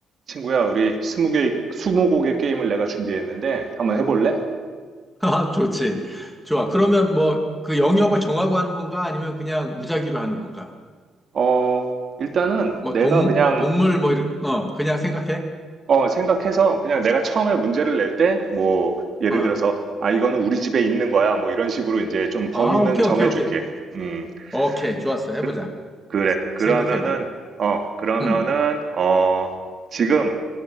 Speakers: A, on the right; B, in the centre.
A: 친구야, 우리 스무 개, 스무 곡의 게임을 내가 준비했는데, 한번 해볼래?
B: 아, 좋지. 좋아. 그러면
A: 음.
B: 뭐 그 영역을 정하고 하는 건가? 아니면 그냥 무작위로 하는 건가?
A: 어, 일단은
B: 뭐
A: 내가
B: 동,
A: 그냥,
B: 동물 뭐 이렇게, 어, 그냥 생각해?
A: 어, 생각해서 그냥 내가 처음에 문제를 낼 때, 뭐, 예를
B: 어.
A: 들어서, 아, 이거는 우리 집에 있는 거야. 뭐 이런 식으로 이제 좀 범위는
B: 아, 오케이,
A: 정해줄게.
B: 오케이, 오케이.
A: 음,
B: 오케이. 좋았어. 해보자.
A: 그, 그래. 그러면은,
B: 생각해봐.
A: 어, 그러면은,
B: 음,
A: 어, 지금